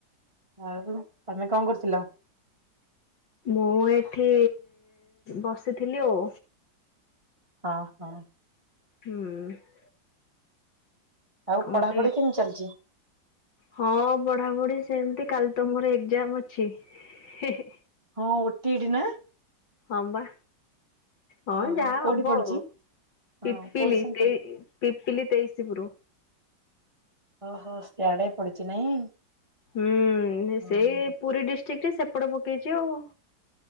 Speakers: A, on the right (about 15°); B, on the left (about 75°).
A: ଆଉ ତମେ କଣ କରୁଥିଲ?
B: ମୁଁ ଏଠି ବସିଥିଲି ଆଉ।
A: ହଁ ହଁ।
B: ହୁଁ।
A: ଆଉ
B: କଣ
A: ପଢାପଢି କେମିତି ଚାଲିଛି?
B: ହଁ ପଢାପଢି ସେମିତି କାଲି ତମୋର ଏଜାମ ଅଛି। ହେ ହେ
A: ହଁ ଓଟି ଇଟି ନା?
B: ହଁବା। ହଁ
A: ଓହୋ
B: ଯାହା
A: କୋଉଠି
B: ହବ
A: ପଡିଛି?
B: ଆଉ
A: ହଁ
B: ପିପିଲି
A: କୋଉଠି ସେଣ୍ଟର?
B: ତେଇ ପିପିଲି ତେଇଶିପୁରୁ।
A: ଓହୋ ସିଆଡେ ପଡିଛି ନାଇଁ?
B: ହୁଁ
A: ହଁ।
B: ସେଇ ପୁରୀ ଡିଷ୍ଟ୍ରିକ୍ଟରେ ସେପଟ ପକେଇଛି ଆଉ।